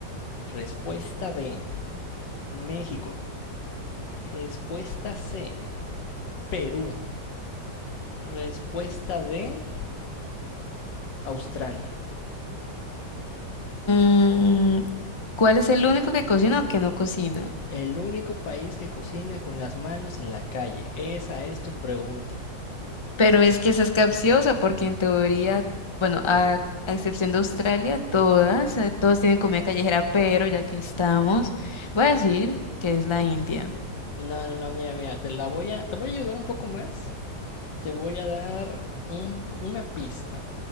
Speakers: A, on the left; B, on the left.
A: Respuesta B, México. Respuesta C, Perú. Respuesta D, Australia.
B: mm, ¿cuál es el único que cocina o que no cocina?
A: El único país que cocina con las manos en la calle. Esa es tu pregunta.
B: Pero es que esa es capciosa porque en teoría, bueno, a, a excepción de Australia, todas, eh, todas tienen comida callejera, pero ya que estamos, voy a decir que es la India.
A: No, no, no, mira, mira, te la voy a, te voy a ayudar un poco más. Te voy a dar un- una pista.